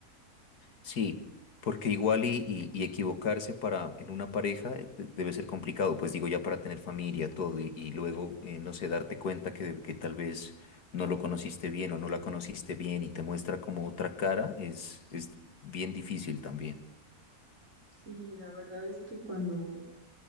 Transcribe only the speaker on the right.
Sí, la verdad es que cuando